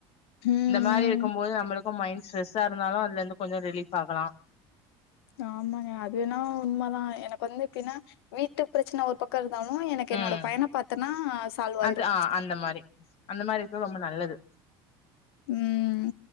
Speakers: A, on the left; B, on the left.
A: ம்.
B: இந்த மாரிருக்கும் போது நம்ளுக்கு மைண் ஸ்ரெஸ்ஸா இருந்தாலு அதுலந்து கொஞ்சொ ரிலஃப் ஆகலா
A: ஆமாங்க அது வேணா உண்மெதா எனக் கு வந்து எப்பினா வீட்டுப் பிரச்சன ஒரு பக்கோ இரு ந்தாலு எனக்கு என்னோட
B: ம்
A: பையன பாத்தன்னா சால்வ் ஆயிரு
B: அது ஆ அந்த மாரி அந்த மாரி இருக்கது ரொம்ப நல்லது
A: உம்